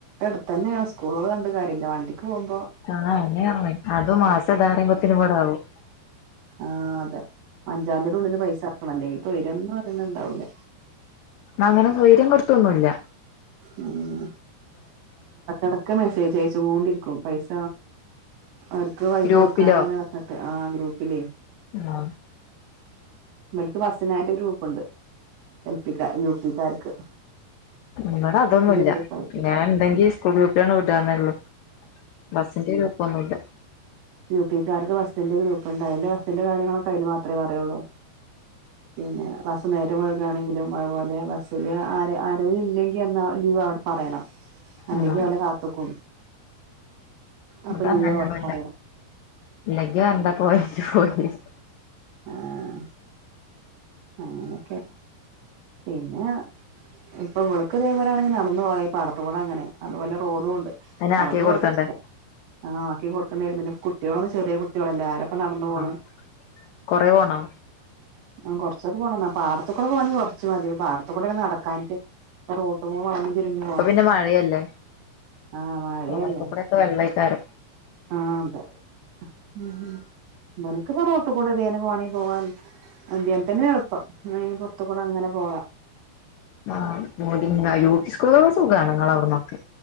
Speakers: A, on the right; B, on the left.
A: എടുത്തന്നെണ് സ്കൂളോള് പർഞ്ട്ട് കാര്യല്ല വണ്ടിക്ക് പോവുമ്പോ
B: ആഹ് അഹ്ന്നെ അർഞ്ഞെ അതും മാസം ദാ പറയുമ്പത്തിനും ബടെ ആവും
A: ആഹ് അതെ അഞ്ചാന്തിന്റെ ഉള്ളില് പൈസ അടക്കണം അല്ലെങ്കി തൊയ്‌രംന്ന് പറയുന്നത് ഇണ്ടാവൂല
B: അങ്ങനെ സൈര്യം കെടുത്തൊന്നുല്ല
A: ഉം <unintelligible> എടക്ക് മെസ്സേജ് അയച്ചോണ്ടിരിക്കും പൈസ അവർക്ക് പൈസ
B: ഗ്രൂപ്പിലോ
A: കൊടുക്കാനാണ് പർഞ്ഞ് ആഹ് ഗ്രൂപ്പിലെ
B: ആഹ്
A: ഇബൽക്ക് ബസ്സിനായിട്ട് ഗ്രൂപ്പ്ണ്ട് എൽ പിക്കാ യു പി ക്കാർക്ക്
B: ഇബടെ അതൊന്നുല്ല
A: ഗ്രൂപ്പായിട്ട്
B: ഞാൻ ഇണ്ടെങ്കി സ്കൂൾ ഗ്രൂപ്പിലാണ്ട് വിടാന്നോള്ളു ബസ്സിന്റെ ഗ്രോപ്പോന്നുല്ല
A: യുപിക്കാർക്ക് ബസ്സിന്റെ ഗ്രൂപ്പ്ണ്ട് അയില് ബസ്സിന്റെ കാര്യങ്ങളൊക്കെ അതില് മാത്രേ പറയോള്ളൂ പിന്നെ ബസ്സ് നേരംവെയ്കക്കാണെങ്കിലും അതുപോലെ ബസ്സില് ആര ആരവില്ലെങ്കി അന്ന് ലീവാകും പറയണം അല്ലെങ്കി
B: ആഹ്
A: ഓലെ കാത്തുക്കും അപ്പൊ
B: ഇവിടെ
A: ലീവ
B: അങ്ങനെയൊന്നുല്ല
A: പറയണം
B: ഇല്ലെങ്കി വരണ്ട <unintelligible>
A: ആഹ് അങ്ങനൊക്കെ പിന്നെ ഇപ്പൊ വെളുക്ക് ദേ പോലെണെങ്കി നടന്ന് പോവ ഈപാടത്തു കൂടെ അങ്ങനെ അതുപോലെ റോഡുണ്ട്
B: അയിന്
A: നടന്ന്
B: ആക്കി
A: പോവുക്കെ
B: കൊടുക്കണ്ടേ
A: ചെയ്യ ആക്കി കൊടുക്കേണ്ടിരും പിന്നെ കുട്ട്യോളൊക്കെ ചെറിയ കു കുട്ട്യോളല്ല ആരപ്പം നടന്നു പോണ്
B: ആഹ് കൊറേ പോണോ
A: ആഹ് കൊർച്ചൊക്കെ പോണം പാടത്ത് കൂടെ പോണങ്കി കൊർ ച്ച് മതി പാടത്തു കൂടെ നടക്കാൻറ്റ് പ്പ റൊട്ടു <unintelligible> ചെരിഞ്ഞു പോണം
B: ഇപ്പൊ പിന്നെ മഴയല്ലേ
A: ആഹ് മഴയല്ലേ
B: അവർക്കക്കൂടെക്കെ വെള്ളക്കാരം
A: ആഹ് അതെ <unintelligible> വെണങ്കി പോവാ <unintelligible> തന്നെ എൾപ്പം പിന്നെ പോർത്തു കൂടെ അങ്ങനെ പോകാ
B: ആഹ് മോണിങ്ങായ്ലു സ്കൂളോക്കെ സുഖാണ് ഇങ്ങളെ ഔട്ന്നൊക്കെ